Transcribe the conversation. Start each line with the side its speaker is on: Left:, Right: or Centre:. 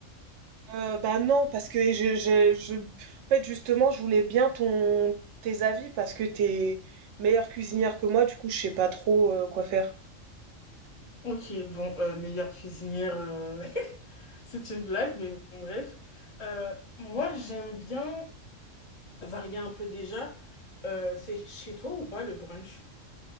Right: euh, bah non parce que je, je je en fait justement je voulais bien ton tes avis parce que t'es meilleure cuisinière que moi du coup je sais pas trop euh, quoi faire.
Left: Ok, bon, euh, meilleure cuisinière, euh, <laughs> c'est une blague, mais bon, bref. Euh, moi, j'aime bien varier un peu déjà. Euh, c'est chez toi ou pas le brunch?